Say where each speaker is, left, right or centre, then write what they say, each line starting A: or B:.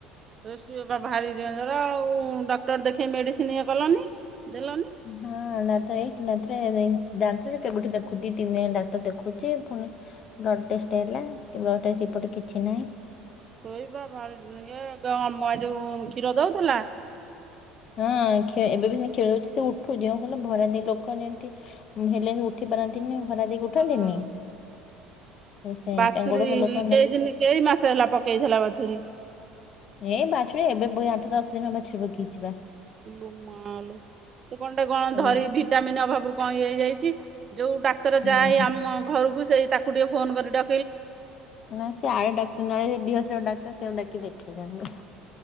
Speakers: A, on the right (about 25°); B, on the left (about 40°).
A: ସେ ଶୋଇବା ପାଇଁ ଭାରି ଣ୍ଡେନଞ୍ଜର ଆଉ ଡକ୍ଟର ଦେଖେଇ ମେଡିସିନ ଇଏ କଲନି। ଦେଲ
B: ହଁ, ନାଥ ଏଇ <inaudible> କେବେଠି ଦେଖୁ ଦି ତିନି ଜଣ ଡାକ୍ତର ଦେଖୋଛିୁ। ଆଉ ପୁ ଣି ବ୍ଲଡ୍ ଟେଷ୍ଟ ହେଲା। କି ବ୍ଲଡ୍ ଟେଷ୍ଟ ରିପୋର୍ଟରେ କିଛି ନାହିଁ।
A: ଶୋଇବା ଭାରି ଇଏ <inaudible> କ୍ଷୀର ଦଉଥିଲା।
B: ହଁ, କ୍ଷ ଏବେ ବି ସେମିତି କ୍ଷୀର ଦଉଛି। ସେ ଉଠୁଛି ଯେଉଁ ହେଲେ ଭରାନ୍ତି ଲୋକ ଯେମିତି ହେଲେ ଉଠି ବନାନ୍ତିନି ଭରା ଦେଇକି ଉଠନ୍ତିନି
A: କଣ
B: ସେ
A: ବାଛୁରୀ
B: ତାଙ୍କ ଗୋଡ ଫୋଡ ଲୋକ
A: କେଇ ଦିନ କେଇ ମାସ ହେଲା ପକେଇଥିଲା ବାଛୁରୀ?
B: ଏଇ ବାଛୁରୀ ଏବେ ବି ଆଠ ଦଶ ଦିନ ବାଛୁରୀ ପକେଇଚି ପା।
A: ଇଲୋ ମା ଲୋ। ସେ କଣ ଟା କଣ
B: ଏବେ
A: ଧରି ଭିଟାମିନ ଅଭାବରୁ କଣ ଇଏ ହେଇଯାଇଛି ଯୋଉ ଡାକ୍ତର
B: ହୁଁ
A: ଯାଏ ଆମ ଘରକୁ ସେଇ ତାକୁ ଟିକେ ଫୋନ କରି ଡ
B: ନା ସେ ଆର ଡାକ୍ତର ନାଇ <unintelligible> ଡାକ୍ତର ସେଇଆକୁ ଡ଼ାକି ଦେଖେଇ ଦିଅ।